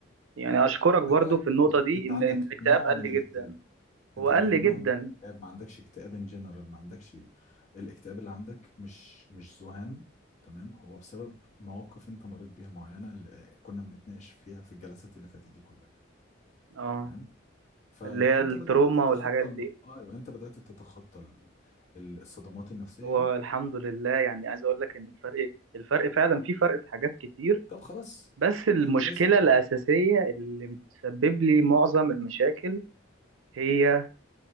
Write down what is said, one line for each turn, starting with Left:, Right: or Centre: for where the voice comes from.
Right: يعني اشكرك برضو
Left: خلي بالك
Right: في النقطه
Left: انت
Right: دي
Left: انت
Right: ان
Left: عندك
Right: إن الاكتئاب
Left: نوع
Right: قل
Left: من الاكتئاب
Right: جدا
Left: انت
Right: هو
Left: عندك
Right: قل جدا
Left: نوع من الاكتئاب ما عندكش اكتئاب ان جنرال ما عندكش الاكتئاب اللي عندك مش مش ذهان تمام هو بسبب مواقف انت مريت بيها معينه اللي كنا بنتناقش فيها في الجلسات اللي فاتت دي كلها
Right: اه
Left: تمام فانت
Right: اللي هي التروما
Left: بدات تتخطى
Right: والحاجات
Left: الم...
Right: دي
Left: ايوه انت بدات تتخطى ال- ال- الصدمات النفسيه
Right: والحمد
Left: دي
Right: لله يعني عايز اقول لك ان الفرق الفرق فعلا في فرق في حاجات كتير
Left: طب خلاص
Right: بس المشكلة
Left: يبقى نسمع
Right: الأساسية اللي بتسبب لي معظم المشاكل هي